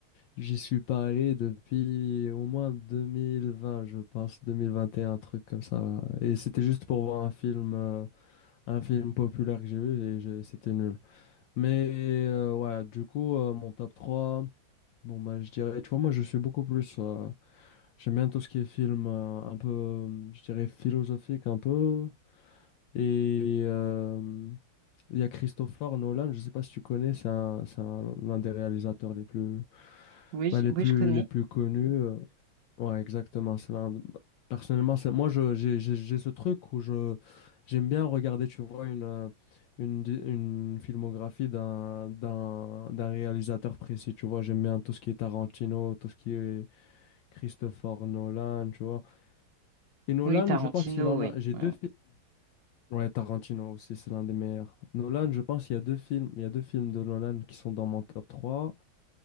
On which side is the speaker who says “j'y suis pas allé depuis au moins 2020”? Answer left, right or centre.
Left